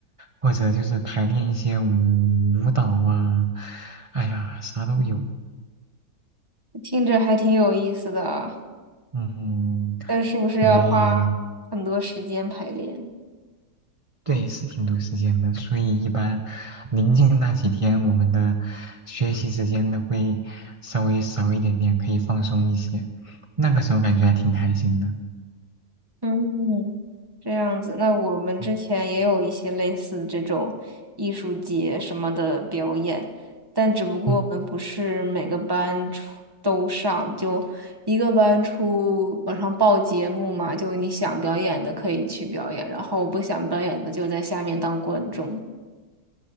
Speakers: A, on the right; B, on the right.
A: 或者就是排练一些舞舞蹈啊，哎呀，啥都有。
B: 听着还挺有意思的啊，
A: 嗯，
B: 但是不是要花很多时间排练？
A: 没，对，是挺多时间的，所以一般临近那几天，我们的学习时间都会稍微少一点点，可以放松一些。那个时候感觉还挺开心的。
B: 嗯，这样子，那我们之前也有一些类似这种艺术节什么的表演，
A: 嗯
B: 但只不过我们不是每个班出都上，
A: 嗯
B: 就一个班出往上报节目嘛，就你想表演的可以去表演，然后不想表演的就在下面当观众。